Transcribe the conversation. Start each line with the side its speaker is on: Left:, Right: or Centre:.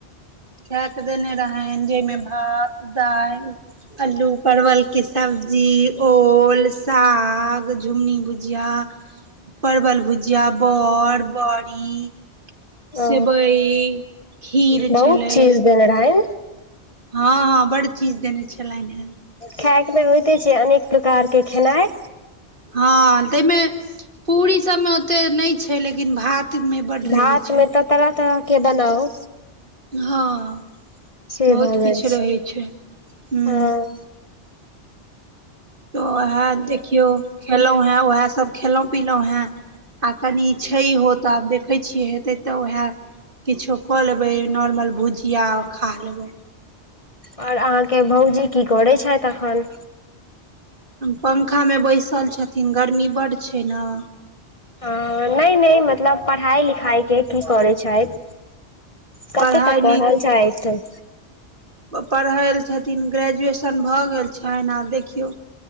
Right: खा कऽ देने रहै जाहिमे भात दालि अलू परवलके सब्जी ओल साग झुङ्गुनी भुजिया परवल भुजिया बड़ बड़ी सेवइ
Left: ओ
Right: खीर
Left: बहुत
Right: छलै
Left: चीज देेल रहै
Right: हँ हँ बड चीज देने छलनि हेँ
Left: खाय के मे होइते छै अनेक प्रकार के खेनाइ
Right: हँ ताहिमे पूरी सबमे ओते नहि छै लेकिन भात मे बड
Left: भात
Right: रहे छै
Left: मे तऽ तरह तरहके बनाउ
Right: हँ
Left: से
Right: बहुत
Left: भऽ जाइ
Right: किछु रहै छै ह
Left: हँ
Right: तऽ वएह देखियौ खेलौॅं हें वएह सभ खयलहुँ पीिलहुँ हेँ आ कनि छैहो तऽ आब देखैत छियै हेतै तऽ उएह किछो कऽ लेबै नॉर्मल भुजआ खा लेबै
Left: आओर अहाँके भौउजी की करै छथि अखन
Right: पंखा मे बैसल छथिन गर्मी बड छैय नहि
Left: हाँ नहि नहि मतलब पढ़ाइ लिखाइके की करैत छैथ कते
Right: पढ़ाइ
Left: तक पढ़ल छैथ।
Right: पढ़ै छथिन ग्रेजुएशन भऽ गेल छैन आब देखियौ